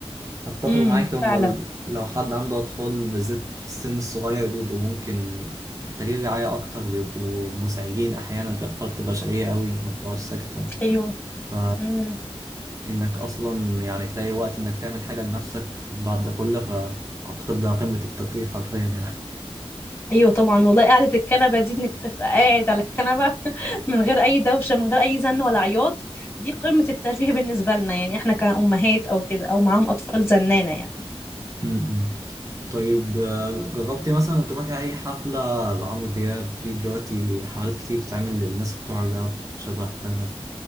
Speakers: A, on the right; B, on the left.
A: اتفق
B: امم
A: معاك هما
B: فعلا
A: ال- لو حد عنده اطفال بالذات في السن الصغير بيبقوا ممكن محتاجين رعاية اكتر بيبقوا مزعجين احيانا في اطفال بتبقى شقية قوي ما بتقعدش ساكتة
B: ايوه
A: ف
B: امم
A: انك اصلا يعني تلاقي وقت انك تعمل حاجة لنفسك بعد ده كله ف اعتقد ده قمة الترفيه حرفيا يعني
B: ايوه طبعا والله قعده الكنبه دي انك تبقى قاعد على الكنبه <laughs> من غير اي دوشه من غير اي زن ولا عياط دي قمه الترفيه بالنسبه لنا يعني احنا كامهات او كده او معاهم اطفال زنانه يعني
A: امم طيب آه، جربتي مثلا تروحي أي حفلة لعمرو دياب في دلوقتي حفلات كتير بتتعمل للناس بتوع الراب شبه آه،